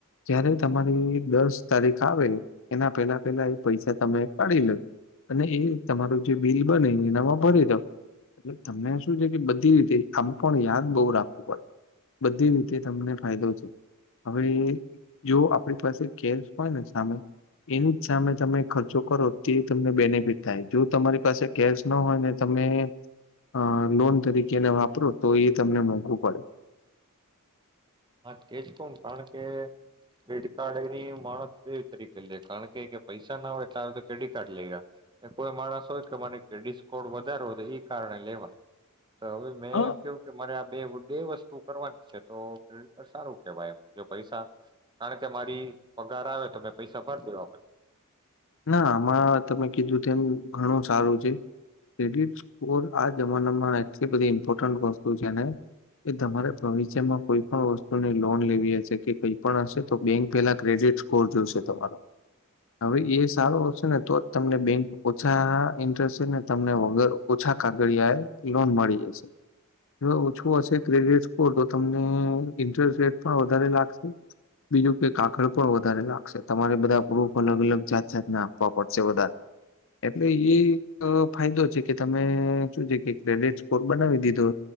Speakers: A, on the left; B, on the right.
A: જ્યારે તમારી દસ તારીખ આવે એના પહેલા પેલા એ પૈસા તમે કાઢી લયો, અને એ તમારું જે બિલ બને એનામાં ભરી દો, એટલે તમને શું છે કે બધી રીતે આમ પણ યાદ બહુ રાખવું પડે, બધી રીતે તમને ફાયદો છે. હવે જો આપણી પાસે કેસ હોય ને સામે એની જ સામે તમે ખર્ચો કરો તે તમને બેનિફિટ થાય, જો તમારી પાસે કેશ ન હોય ને તમે અ લોન તરીકેને વાપરો તો એ તમને મોંઘું પડે.
B: હા કેજ કઉન કાળકે, પેડકાડ <unintelligible> માણસ જેવી તરીક <unintelligible> કાળકે કે પૈસા ના હોય થા તો કેડીટ કાર્ડ લઈ ગા, ને કોઈ માણસ હોય તો મને ક્રેડિટ સ્કોડ વધારો તો એ કારણે લેવાય. તો હવે મેં
A: અ
B: એમ કેવું કે મારે આમ બેવ બે વસ્તુ કરવાની છે તો તો સારું કેવાય એમ, જો પૈસા કારણ કે મારી પગાર આવે તો મેં પૈસા ભર દેવા પ
A: ના આમાં તમે કીધું તેમ ઘણું સારું છે, ક્રેડિટ સ્કોર આ જમાનામાં એટલી બધી ઇમ્પોર્ટન્ટ વસ્તુ છે ને, કે તમારે ભવિષ્યમાં કોઈ પણ વસ્તુની લોન લેવી હશે કે કઈ પણ હશે તો બેંક પેલા ક્રેડિટ સ્કોર જોશે તમારો, હવે એ સારો હશે ને તો જ તમને બેંક ઓછા ઇન્ટરેસ્ટે ને તમને વગર ઓછા કાગળિયા એ લોન મળી જશે. જો ઓછું હશે ક્રેડિટ સ્કોર તો તમને ઇન્ટરેસ્ટ રેટ પણ વધારે લાગશે, બીજું કે કાગળ પણ વધારે લાગશે. તમારે બધા પ્રૂફ અલગ અલગ જાત જાતના આપવા પડશે વધારે, એટલે એ એક ફાયદો છે કે તમે, શું છે કે ક્રેડિટ સ્કોર બનાવી દીધો,